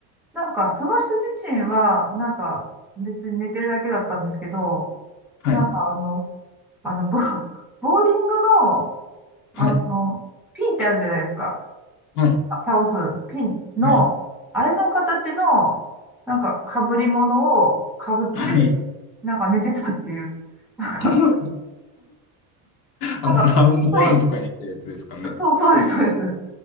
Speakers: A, in the centre; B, on the left.
A: なんか、その人自身は、なんか、別に寝てるだけだったんですけど、
B: はい。
A: なんかあの、あの、ボ、ボーリングの、
B: はい。
A: あの、ピンってあるじゃないですか。
B: はい。
A: あ倒すピンの、
B: はい。
A: あれの形の、なんか被り物を被って、
B: はい。
A: なんか寝てたっていう。なんか、
B: <laughs> あの、
A: なんか、
B: ラウンドワンとかに行ったやつですかね。
A: 一人、そそう、そうです、そうです。